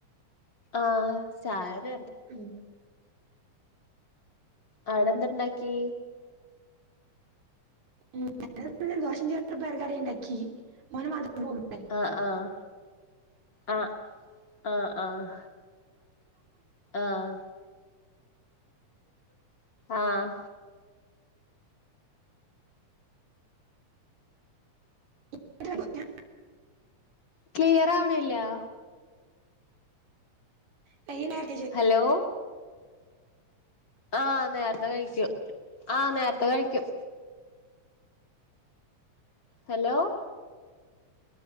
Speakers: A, on the left; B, on the right.
A: ആഹ് ചായുടി
B: ഉം
A: അവ്ടെന്തണ്ടാക്കി
B: <unintelligible> പയറ് കറിണ്ടാക്കി ഒന് മദ് <unintelligible>
A: ആഹ് ആഹ് ആഹ് ആഹ് ആഹ് ആഹ് ആഹ്
B: <unintelligible>
A: ക്ലിയറാവ്ണില്ലാ
B: <unintelligible>
A: ഹലോ ആഹ് നേര്ത്തെ കഴിച്ചു ആഹ് നേരത്തെ കഴിക്കും ഹലോ